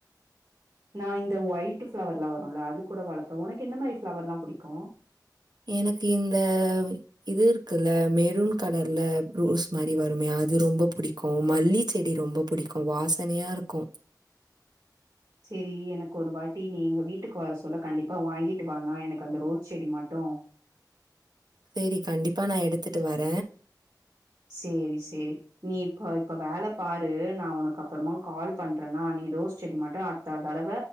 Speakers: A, on the right; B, on the right.
A: நா இந்த ஒய்ட்டு ஃப்ளவர் லா வருல்ல அது கூட வளப்ப உனக்கு என்ன மாரி ஃப்ளவர் எல்லா புடிக்கு
B: எனக்கு இந்த இது இருக்குல்ல மெரூன் கலர்ல ரோஸ் மாரி வருமே அது ரொம்ப புடிக் கு மல்லி செடி ரொம்ப புடிக்கு வாசனையா இருக்கு
A: சேரி எனக்கு ஒரு வாட்டி நீ எங்க வீட்டுக்கு வர சொல்ல கண்டிப்பா வாங்கிட்டு வா நா எனக்கு அந்த ரோஸ் செடி மட்டு
B: சேரி கண்டிப்பா நா எடுத்துட்டு வர
A: சேரி சேரி நீ இப்ப இப்ப வேல பாரு நா உனக்கு அப்புறமா கால் பண்றன்னா நீ ரோஸ் செடி மட்டு த தடவ